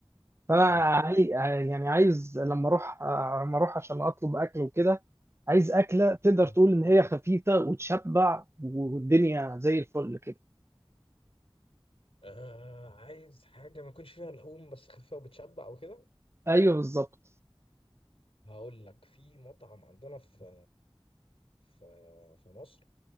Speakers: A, on the right; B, on the left.
A: فانا
B: لي
A: عاي... يعني عايز لما اروح لما اروح عشان اطلب اكل وكده عايز اكله تقدر
B: آه.
A: تقول ان هي خفيفه وتشبع والدنيا زي الفل كده
B: آه عايز حاجة ما يكونش فيها لحوم بس خفيفة وبتشبع وكده
A: ايوه بالظبط
B: هقول لك في مطعم عندنا في في في مصر